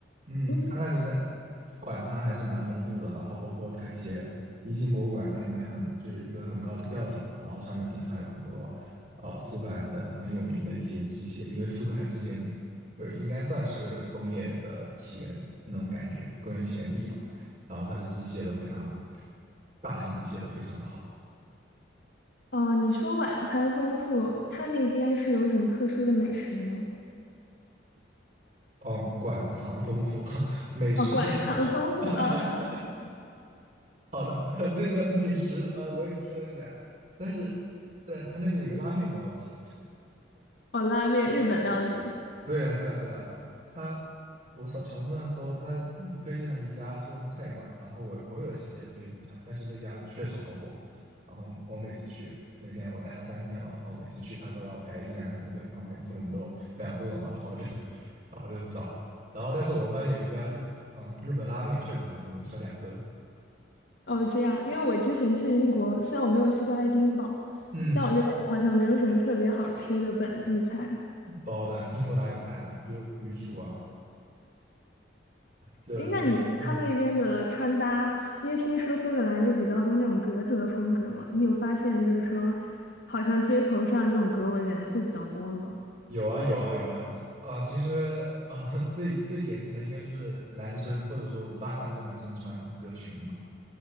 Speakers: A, on the right (about 45°); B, on the left (about 70°).
A: 嗯，
B: 嗯，
A: 它那里的馆藏还是蛮丰富的，然后包括它一些一进博物馆，它里面很就是一个很高的吊顶嘛，然后上面顶上有很多呃苏格兰的很有名的一些机械，因为苏格兰之前就是应该算是工业的起源那种感觉，工业起源地嘛，然后它的机械都非常大型机械都非常的好。
B: 哦，你说晚餐丰富，它那边是有什么特殊的美食吗？
A: 嗯，馆藏丰富，<laughs> 美食也有。
B: 哦，馆藏丰富啊，
A: <laughs> 好的，<laughs> 那个美食，呃，我也吃了一下，但是，但他那边有个拉面很好吃。
B: <laughs> 哦，拉面、日本料理，
A: 对啊，对啊，对啊，他，我扫小红书上搜，他嗯推荐了一家苏格兰菜馆，然后我朋友其实也推荐那家，但是那家确实好火，然后我每次去，那天我待了三天嘛，然后每次去他都要排一两个小时队，然后每次我们都非常饿嘛，然后就 <laughs>，然后就找，然后但是我们发现有一家日嗯，日本拉面确实很好吃，我们吃了两顿，
B: 哦，这样，因为我之前去英国，虽然我没有去过爱丁堡，
A: 嗯，
B: 但我就感觉好像没有什么特别好吃的本地菜。
A: 包的英国哪有菜啊，就鱼薯啊，就
B: 诶，那你觉得他们那边的穿搭，
A: 嗯。
B: 因为听说苏格兰就比较多那种格子的风格嘛，你有发现就是说，好像街头上这种格纹元素比较多吗？
A: 有啊有啊有啊啊！其实啊，<laughs> 最最典型的应该就是男生或者说五大三粗男生穿格裙嘛。